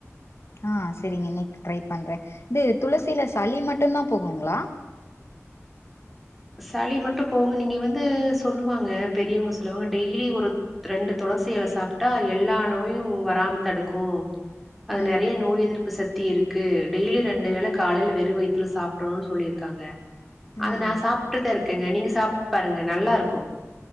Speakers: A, on the left; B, in the centre.
A: ஆ சேரிங்க இன்னைக் ட்ரை பண்றே இது துளசியில சளி மட்டும்தா போகுங்களா
B: சளி மட்டும் போகு நீங்க வந்து சொல்லுவாங்க பெரியவங்க சொல்லுவாங்க டெய்லி ஒரு ரெண்டு துளசியில சாப்ட்டா எல்லா நோயும் வராம தடுக்கும் அது
A: ம்
B: நெறைய நோய் எதிர் ப்பு சத்தி இருக்கு டெய்லி ரெண்டு ஏல காலையில வெறும் வயித்துல சாப்டணும்னு சொல்லியிருக்காங்க
A: ம்
B: அத நா சாப்ட்டுதா இருக்கேங்க நீங்க சாப்ட்டு பாருங்க நல்லா இருக்கூ